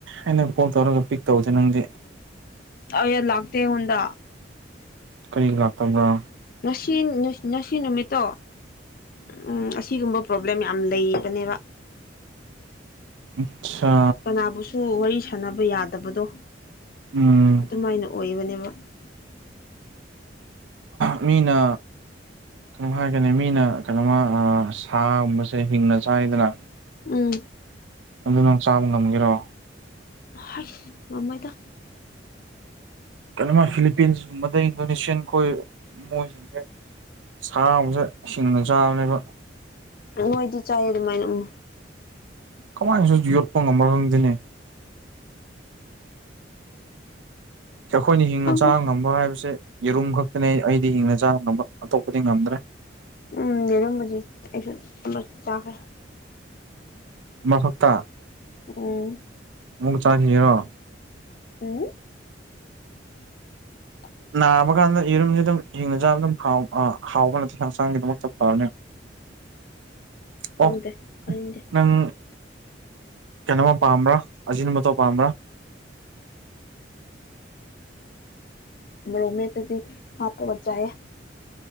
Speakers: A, on the right (about 85°); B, on the left (about 50°).
A: ꯑꯩꯅ ꯀꯣꯜ ꯇꯧꯔꯒ ꯄꯤꯛ ꯇꯧꯗꯦ ꯅꯪꯗꯤ
B: ꯑꯌꯥ ꯂꯥꯛꯇꯦ ꯑꯩꯉꯣꯟꯗ
A: ꯀꯔꯤꯒꯤ ꯂꯥꯛꯇꯕ꯭ꯔꯥ
B: ꯉꯁꯤ ꯉꯁꯤ ꯅꯨꯃꯤꯠꯇꯣ ꯎꯝ ꯑꯁꯤꯒꯨꯝꯕ ꯄ꯭ꯔꯣꯕ꯭ꯂꯦꯝ ꯌꯥꯝ ꯂꯩꯕꯅꯦꯕ
A: ꯑꯠꯁꯥ
B: ꯀꯅꯥꯕꯨꯁꯨ ꯋꯥꯔꯤ ꯁꯥꯟꯅꯕ ꯌꯥꯗꯕꯗꯣ
A: ꯎꯝ
B: ꯑꯗꯨꯃꯥꯏꯅ ꯑꯣꯏꯕꯅꯦꯕ <inaudible>
A: ꯃꯤꯅ ꯀꯩꯅꯣ ꯍꯥꯏꯒꯅꯤ ꯃꯤꯅ ꯀꯩꯅꯣꯃ ꯑ ꯁꯥꯒꯨꯝꯕꯁꯦ ꯍꯤꯡꯅ ꯆꯥꯏꯗꯅ
B: ꯎꯝ
A: ꯑꯗꯨ ꯅꯪ ꯆꯥꯕ ꯉꯝꯒꯦꯔꯣ
B: ꯍꯥꯏꯁ ꯉꯥꯝꯃꯣꯏꯗ
A: ꯀꯩꯅꯣꯃ ꯐꯤꯂꯤꯄꯤꯟꯁ ꯒꯨꯝꯕꯗꯩ ꯏꯟꯗꯣꯅꯦꯁꯤꯌꯥꯟ ꯈꯣꯏ ꯃꯣꯏꯁꯤꯡꯁꯦ ꯁꯥꯕꯨꯁꯨ ꯍꯤꯡꯅ ꯆꯥꯕꯅꯦꯕ
B: ꯃꯣꯏꯗꯤ ꯆꯥꯏ ꯑꯗꯨꯃꯥꯏꯅ ꯎꯝ
A: ꯀꯃꯥꯏꯅꯁꯨ ꯌꯣꯠꯄ ꯉꯝꯕ꯭ꯔ ꯈꯪꯗꯦꯅꯦ ꯑꯩꯈꯣꯏꯅ ꯍꯤꯡꯅ
B: ꯈꯪꯗꯦ
A: ꯆꯥꯕ ꯉꯝꯕ ꯍꯥꯏꯕꯁꯦ ꯌꯦꯔꯨꯝ ꯈꯛꯇꯅꯦ ꯑꯩꯗꯤ ꯍꯤꯡꯅ ꯆꯥꯕ ꯉꯝꯕ ꯑꯇꯣꯞꯄꯗꯤ ꯉꯝꯗ꯭ꯔꯦ
B: ꯎꯝ ꯌꯥꯔꯨꯝꯕꯗꯤ ꯑꯩꯁꯨ ꯑꯃꯨꯔꯛꯇꯤ ꯇꯥꯈ꯭ꯔꯦ
A: ꯑꯃꯥꯈꯛꯇ
B: ꯎꯝ
A: ꯑꯃꯥꯃꯨꯛ ꯆꯥꯈꯤꯒꯦꯔꯣ
B: ꯎꯝ <inaudible>
A: ꯅꯥꯕ ꯀꯥꯟꯗ ꯌꯦꯔꯨꯝꯁꯦ ꯑꯗꯨꯝ ꯍꯤꯡꯅ ꯆꯥꯕ ꯑꯗꯨꯝ ꯍꯥꯎ ꯍꯥꯎꯕ ꯅꯠꯇꯦ ꯍꯛꯆꯥꯡꯒꯤꯗꯃꯛꯇ ꯐꯥꯕꯅꯤ ꯑꯣ
B: ꯈꯪꯗꯦ ꯆꯥꯅꯤꯡꯗꯦ
A: ꯅꯪ ꯀꯩꯅꯣꯝꯃ ꯄꯥꯝꯕ꯭ꯔꯥ ꯑꯖꯤꯅꯤ ꯃꯣꯇꯣ ꯄꯥꯝꯕ꯭ꯔꯥ
B: ꯃꯔꯣꯃꯦꯠꯄꯗꯥ ꯍꯥꯄꯒꯥ ꯆꯥꯏꯌꯦ